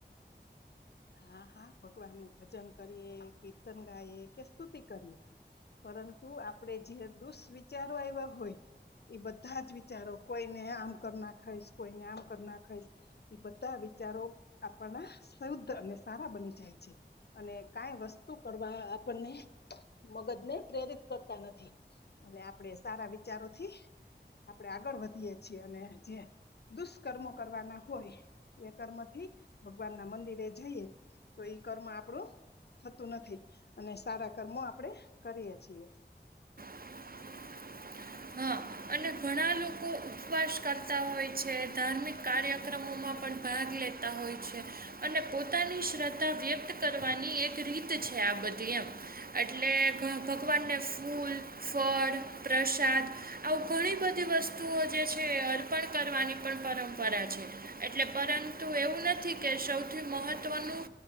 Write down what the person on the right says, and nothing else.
<inaudible> અને ઘણા લોકો ઉપવાસ કરતા હોય છે ધાર્મિક કાર્યક્રમોમાં પણ ભાગ લેતા હોય છે અને પોતાની શ્રદ્ધા વ્યક્ત કરવાની એક રીત છે આ બધી એમ એટલે ગ ભગવાનને ફૂલ, ફળ, પ્રસાદ આવું ઘણી બધી વસ્તુઓ જે છે એ અર્પણ કરવાની પણ પરંપરા છે એટલે પર તો એવું નથી કે સૌથી મહત્વનું